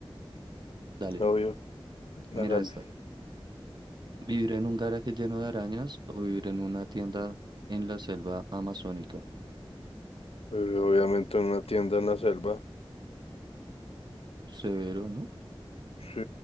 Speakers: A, on the right; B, on the left.
A: Dale,
B: obvio, hágale.
A: mira esta. ¿Vivir en un garaje lleno de arañas o vivir en una tienda en la selva amazónica?
B: Eh, obviamente en una tienda en la selva.
A: Severo, ¿no?
B: Sí,